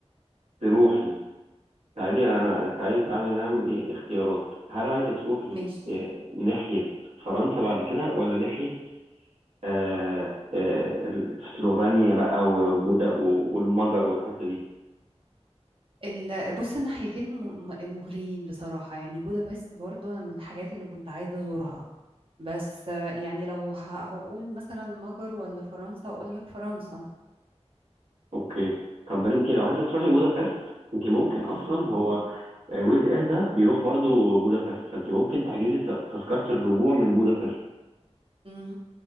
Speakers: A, on the right; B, on the right.
A: تروحي تعالي انا تعالي تعالي نعمل ايه اختيارات هل عايزه تروحي
B: ماشي
A: آه، ناحيه فرنسا بعد كده ولا ناحيه آه، آه، ال- سلوفينيا بقى وبودا و- والمجر والحته دي
B: ال- بص الناحيتين م- م- مغريين بصراحة يعني بودابست برضو انا من الحاجات اللي كنت عايزة ازورها بس آه، يعني لو ه- هقول مثلا مجر ولا فرنسا هقول لك فرنسا
A: اوكي طب بل انت لو عايزه تروحي بودابست انت ممكن اصلا
B: امم
A: هو آه، ويز اير ده بيروح برضو بودابست فانت ممكن تحجزي ت- تذكره الرجوع من بودابست
B: امم